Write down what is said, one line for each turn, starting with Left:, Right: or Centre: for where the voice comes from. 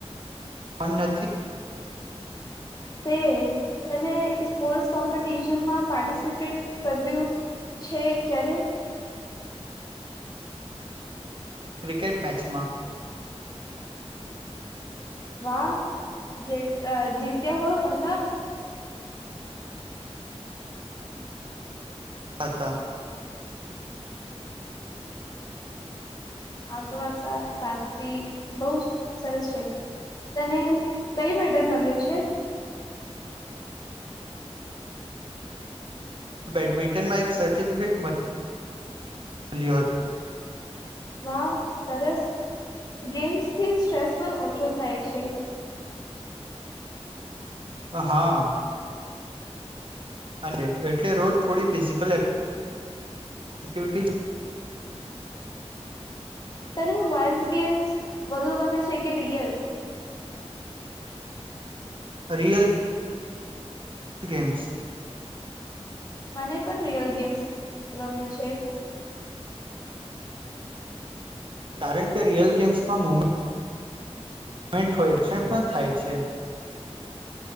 Right: પણ નથી
Left: તે તને સ્પોર્ટ્સ કોમ્પિટિશનમાં પાર્ટિસિપેટ કર્યું છે ક્યારે
Right: ક્રિકેટ મેચમાં
Left: વાહ જે અ જીત્યા હોય હતા
Right: હતા
Left: આ તો વાત સા સાચી બહ સરસ છે તને કઈ મેડલ મલ્યું છે
Right: બેડમિન્ટનમાં એક સર્ટિફિકેટ મળ લ્યું હતો
Left: વાવ સરસ ગેમ્સથી સ્ટ્રેસ પણ ઓછો થાય છે
Right: હા અને એટલે રોજ થોડી ફિઝિકલ એક એક્ટિિવિટીજ
Left: તને મોબાઈલસ ગેમસ વધુ ગમે છે કે રિયલ
Right: રિયલ ગેમ્સ
Left: મને પણ રિયલ ગેમ્સ ગમે છે
Right: કારણ કે રિયલ ગેમ્સમાં મુમેન્ટ મ મીઠો એક્સન્ટ પણ થાય છે